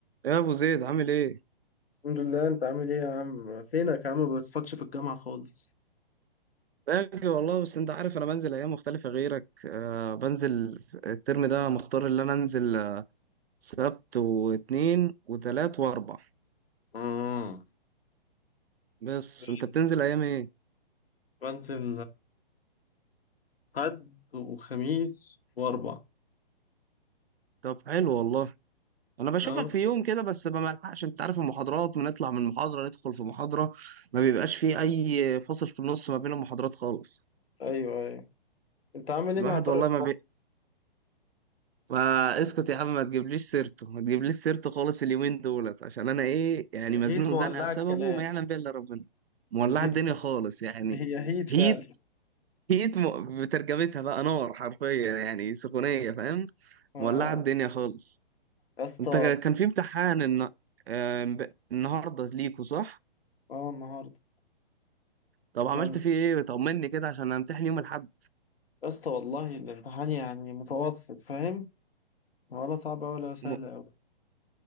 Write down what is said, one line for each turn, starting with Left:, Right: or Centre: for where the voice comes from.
Right: يا ابو زيد عامل ايه
Left: الحمد لله انت عامل ايه يا عم فينك يا عم ما بتفكش في الجامعة خالص
Right: باجي والله بس انت عارف انا بنزل ايام مختلفه غيرك آه بنزل الترم ده مختار اللي انا انزل آه، سبت واثنين وثلاث واربع
Left: آه
Right: بس
Left: غير
Right: انت بتنزل ايام ايه
Left: بنزل حد وخميس وأربع
Right: طب حلو والله انا بشوفك
Left: آه
Right: في يوم كده بس ما بلحقش انت عارف المحاضرات بنطلع من محاضره ندخل في محاضره ما بيبقاش فيه اي فاصل في النص ما بين المحاضرات خالص
Left: ايوه ايوه انت عامل ايه
Right: الواحد
Left: مع طارق
Right: والله
Left: الخوخ؟
Right: ما بي... فاسكت يا عم ما تجيبليش سيرته ما تجيبليش سيرته خالص اليومين دولت عشان انا ايه يعني
Left: الهيت
Right: مزنوق
Left: مولعة
Right: زنقه بسببه
Left: الكلام
Right: ما يعلم بيها الا ربنا مولعه
Left: الهيت
Right: الدنيا
Left: مولعة.
Right: خالص يعني
Left: هي هيت فعلا
Right: هيت هيت م... بترجمتها بقى نار حرفيا يعني سخونيه فاهم
Left: اه
Right: مولعه الدنيا خالص
Left: يا اسطى
Right: انت ك- كان في امتحان الن... آه، امب- النهارده ليكوا صح
Left: اه النهارده
Right: طب عملت
Left: كان
Right: فيه ايه طمني كده عشان امتحن يوم الاحد
Left: يا اسطى والله الامتحان يعني متوسط فاهم ولا صعب ولا سهل
Right: م-
Left: قوي